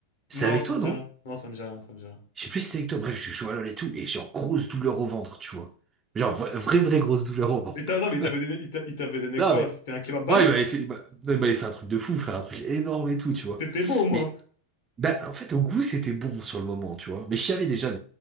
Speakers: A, on the right; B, on the left.
A: C'était
B: Non,
A: avec
B: ça
A: toi,
B: me dit
A: non?
B: rien. Non, ça me dit rien, ça me dit rien.
A: Je sais plus si c'était avec toi. Bref, je suis allé et tout, et genre, grosse douleur au ventre, tu vois. Genre, vra- vraie, vraie grosse douleur au ventre.
B: Mais t'as- attends, mais il t'avait donné, il t'a- il t'avait donné
A: hein.
B: quoi?
A: Non, mais,
B: C'était un kebab basique?
A: ouais, il m'avait
B: genre
A: fait, il m'a- non, il m'avait fait un truc de fou, frère, un truc énorme et tout, tu vois.
B: C'était beau au moins.
A: Mais, bah, en fait, au goût, c'était bon sur le moment, tu vois. Mais je savais déjà,